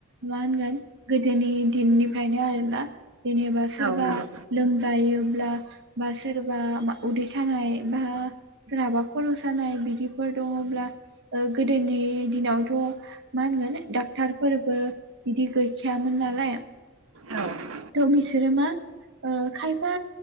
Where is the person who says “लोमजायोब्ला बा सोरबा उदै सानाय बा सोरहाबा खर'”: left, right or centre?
Right